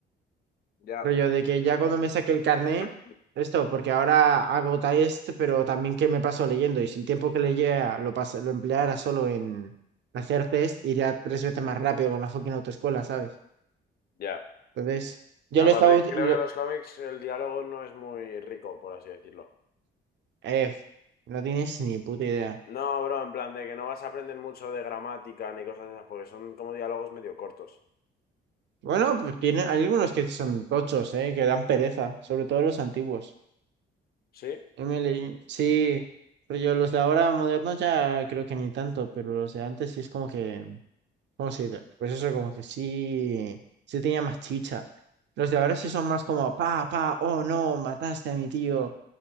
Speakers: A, on the left (about 50°); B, on the right (about 65°).
A: ya.
B: Rollo de que ya cuando me saque el carné,
A: <clears throat>
B: esto, porque ahora hago test, pero también que me paso leyendo, y si el tiempo que leía lo, pas- lo empleara solo en hacer test, iría tres veces más rápido con la fucking autoescuela, ¿sabes?
A: Ya.
B: Entonces, yo
A: Aparte,
B: lo estaba... ut-
A: creo
B: lo-
A: que en los cómics el diálogo no es muy rico, por así decirlo.
B: eh, no tienes ni puta idea.
A: No, bro, en plan de que no vas a aprender mucho de gramática ni cosas de esas, porque son como diálogos medio cortos.
B: Bueno, pues tiene, hay algunos que son tochos, ¿eh? Que dan pereza, sobre todo los antiguos.
A: ¿Sí?
B: Emily, sí, pero yo los de ahora modernos ya creo que ni tanto, pero los de antes sí es como que, ¿cómo se dice? Pues eso, como que sí, sí tenía más chicha. Los de ahora sí son más como, pa, pa, oh no, mataste a mi tío,